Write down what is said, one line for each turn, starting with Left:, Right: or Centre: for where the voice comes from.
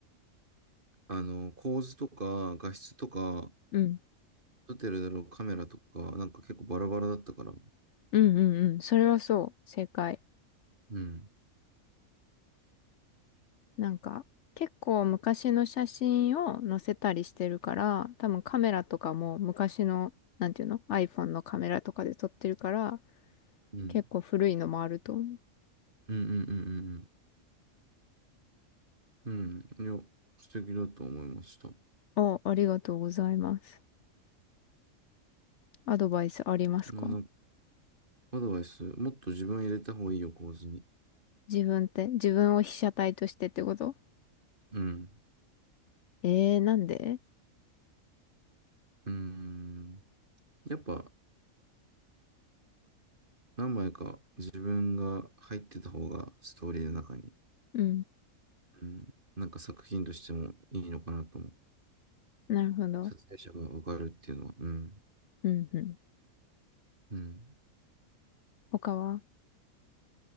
Right: あの、構図とか画質とか、
Left: うん。
Right: 撮ってるだろうカメラとか、なんか結構バラバラだったから。
Left: うんうんうん。それはそう。正解。
Right: うん。
Left: なんか、結構昔の写真を載せたりしてるから、多分カメラとかも昔の、なんていうの ?iPhone のカメラとかで撮ってるから、
Right: うん。
Left: 結構古いのもあると思う。
Right: うんうんうんうんうん。うん。いや、素敵だと思いました。
Left: あ、ありがとうございます。アドバイスありますか
Right: な、なんかアドバイス、もっと自分を入れた方がいいよ、構図に。
Left: 自分って、自分を被写体としてってこと
Right: うん。
Left: えー、なんで
Right: うーん。やっぱ、何枚か自分が入ってた方がストーリーの中に、
Left: うん。
Right: うん、なんか作品としてもいいのかなと思う。
Left: なるほど。
Right: 撮影者がわかるっていうのは。うん。
Left: うんうん。
Right: うん。
Left: 他は